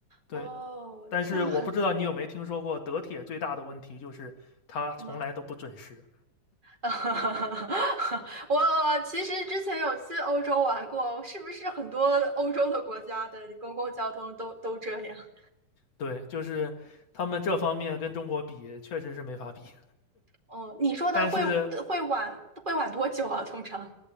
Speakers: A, on the left (about 50°); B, on the right (about 20°).
A: 对。
B: 哦，
A: 但是我不知道你有没有听说过，
B: 那很，
A: 德铁最大的问题就是它从来都不准时。
B: 嗯，什么？<laughs> 我其实之前有去欧洲玩过，是不是很多欧洲的国家的公共交通都都这样？
A: 对，就是他们这方面跟中国比，确实是没法比。
B: 哦，你说的会会晚会晚多久啊？
A: 但是
B: 通常？